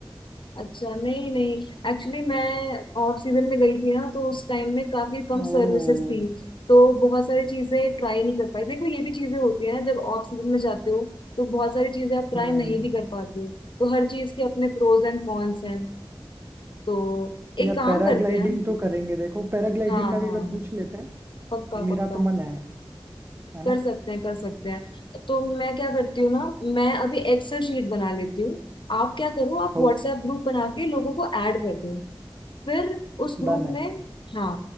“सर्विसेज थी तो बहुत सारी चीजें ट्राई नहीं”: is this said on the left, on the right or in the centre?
Left